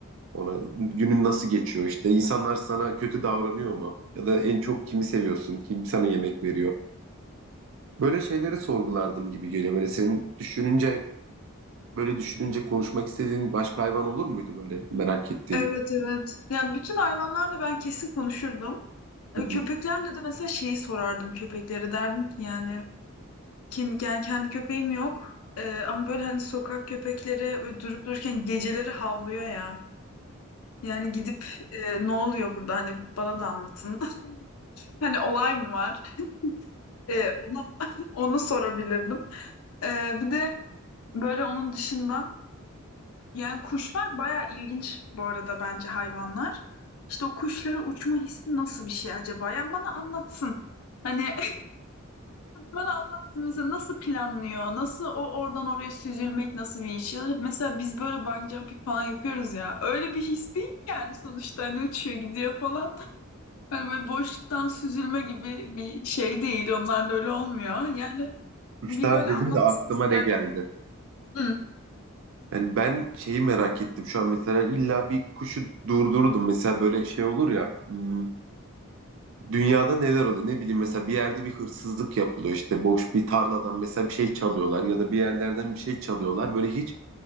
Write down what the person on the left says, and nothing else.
Evet evet. Yani bütün hayvanlarla ben kesin konuşurdum. E,
Köpeklerle de mesela şeyi sorardım köpeklere derdim ki yani kendi, yani kendi köpeğim yok E, ama böyle hani sokak köpekleri böyle durup dururken geceleri havlıyor ya. Yani gidip e, ne oluyor burada hani bana da anlatın. <laughs> Hani olay mı var? E, onu, <laughs> onu sorabilirdim. E, bir de böyle onun dışında yani kuşlar baya ilginç bu arada bence hayvanlar. İşte o kuşlara uçma hissi nasıl bir şey acaba? Yani bana anlatsın. Hani Bana anlatsın mesela nasıl planlıyor? Nasıl o oradan oraya süzülmek nasıl bir iş? Ya da mesela biz böyle bungee jumping falan yapıyoruz ya. Öyle bir his değil yani sonuçta hani uçuyor gidiyor falan. Hani böyle boşluktan süzülme gibi bir şey değil. Onlar da öyle olmuyor. Yani
bir böyle
anlatsın
ister.
Hı.